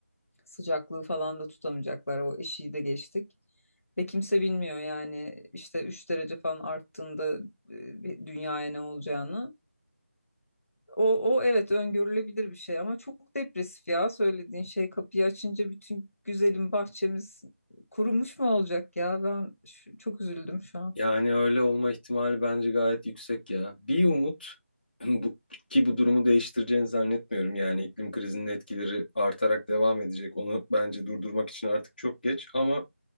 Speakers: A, on the left; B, on the left.
A: Sıcaklığı falan da tutamayacaklar. O eşiği de geçtik. Ve kimse bilmiyor yani işte 3 derece falan arttığında e, bir dünyaya ne olacağını. O, o evet öngörülebilir bir şey ama çok depresif ya söylediğin şey kapıyı açınca bütün güzelim bahçemiz kurumuş mu olacak ya ben şu- çok üzüldüm şu an.
B: Yani öyle olma ihtimali bence gayet yüksek ya. Bir umut <clears throat> bu, ki bu durumu değiştireceğini zannetmiyorum. Yani iklim krizinin etkileri artarak devam edecek. Onu bence durdurmak için artık çok geç ama